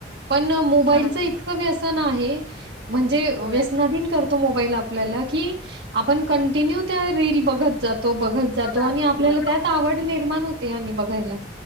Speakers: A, on the right; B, on the left.
A: पण मोबाईलच
B: नाही
A: इतकं व्यसन आहे. हे म्हणजे
B: होय.
A: व्यसनाधीत करतो मोबाईल आपल्याला की आपण कंटिन्यू त्या रील बघत जात तो बघत जातो
B: जाते
A: आणि आपल्याला
B: होय
A: त्यात आवड निर्माण होते. आणि बघायला